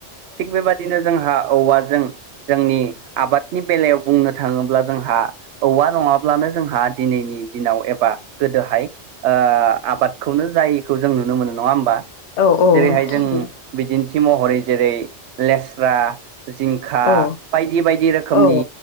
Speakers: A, on the right (about 70°); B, on the left (about 75°).
A: थिग बेबादि नो जोंहा औवाजों जोंनि आबादनि बेलायाव बुंनो थाङोब्ला जोंहा औवा नङाब्लानो जोंहा दिनैनि दिनाव एबा ओ गोदोहाय आबादखौनो जायै खौ जों नुनो मोनो नङा होमबा
B: औ औ
A: जेरैहाय
B: थारैनो
A: जों बिदिन्थि महरै जेरै लेस्रा जिंखा
B: औ
A: बायदि बायदि रोखोमनि
B: औ